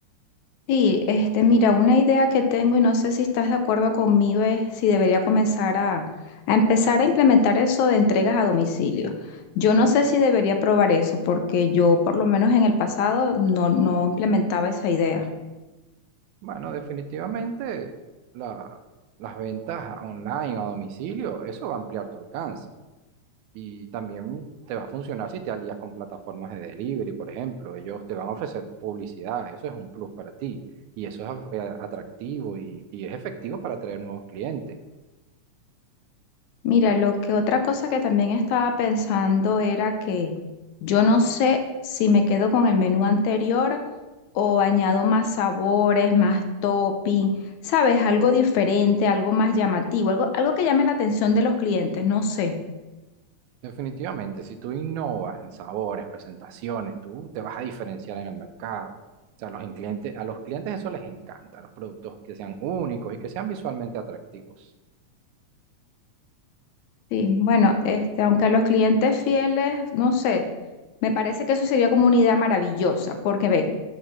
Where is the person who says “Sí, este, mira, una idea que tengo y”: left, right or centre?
Left